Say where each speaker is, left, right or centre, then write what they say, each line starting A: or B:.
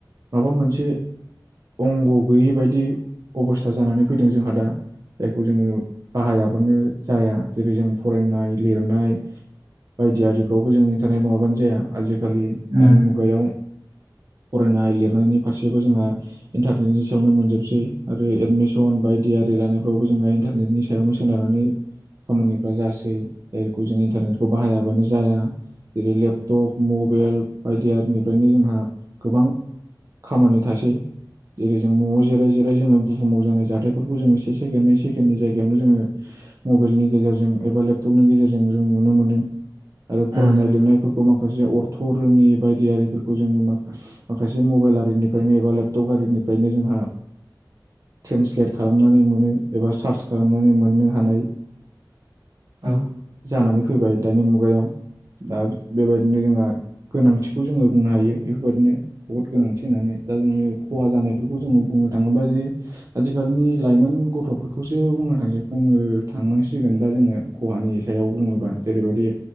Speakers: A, on the right; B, on the right.
A: माबा मोनसे अंग' गैयै बायदि अबस्था जानानै फैदों जोंहा दा जायखौ जोङो बाहायाबानो जाया जेरै जों फरायनाय लिरनाय बायदि आरिफ्रावबो जों इन्टारनेट नङाबानो जाया आजि खालि
B: उम
A: दानि मुगायाव फरायनाय लिर नायनि फारसेबो जोंहा इन्टारनेटनि सायावनो मोनजोबसै आरो एडमिसन बायदि आरि लानायफ्रावबो जोंहा इन्टारनेटनि सायावनो सोनारनानै खामानिफ्रा जासै जायखौ जों इन्टारनेटखौ बाहायाबानो जाया जेरै लेपटप मबाइल बायदि आरिनिफ्रायनो जोंहा गोबां खामानि थासै जेरै जों न'आव जिराय जिराय जोङो बुहुमाव जानाय जाथायफोरखौ जोङो से सेकेड नै सेकेण्डनि जायगायावनो जोङो मबाइलनि गेजेरजों एबा लेपटपनि गेजेरजों जों नुनो मोनदों आरो
B: उम
A: फरायनाय लिरनायफोरखौ माख खासे अर्थ' रोङि बायदिआरिफोरखौ जोङो माख माखासे मबाइल आरिनि फ्रायनो एबा लेपटप आरिनिफ्रायनो जोंहा ट्रेन्सलेट खालामनानै मोनो एबा सार्च खालामनानै मोननो हानाय
B: औ
A: जानानै फैबाय दानि मुगायाव दा बेबायदिनो जोंहा गोनांथिखौ जोङो बुंनो हायो। बेफोरबायदिनो बहुद गोनांथि होननानै दा जोङो खहा जानायफोरखौ जोङो बुंनो थाङोबा जे आथिखालनि लाइमोन गथ'फोरखौसो बुंनो थासै बुंनो थांनांसिगोन दा जोङो खहानि सायाव बुङोबा जेरैबायदि